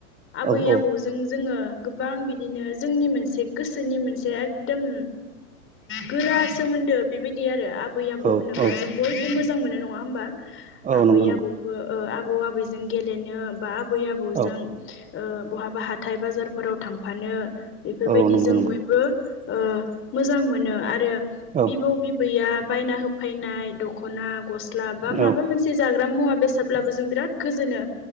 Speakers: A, on the left; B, on the right.
A: आबै
B: औ औ
A: आबौ जो जों जोङो गोबां बिदिनो जोंनि मोनसे गोसोनि मोनसे एकदम गोरा सोमोन्दो बेबायदि आरो आबै आबौ
B: औ
A: होनोब्ला
B: औ
A: जों बयबो मोजां मोनो नङा होमबा?
B: औ
A: आबै
B: नंगौ नंगौ
A: आबौ बो ओ आबौ आबैजों गेलेनो बा आबै आबौजों
B: औ
A: ओ बहाबा हाथाय बाजारफोराव थांफानो बेफोरबायदि
B: औ नंगौ
A: जों
B: नंगौ
A: बयबो ओ मोजां मोनो आरो
B: औ
A: बिबौ बिबैआ बायना होफैनाय दख'ना गस्ला बा माबा
B: औ
A: मोनसे जाग्रा मुवा बेसादब्लाबो जों बिराद गोजोनो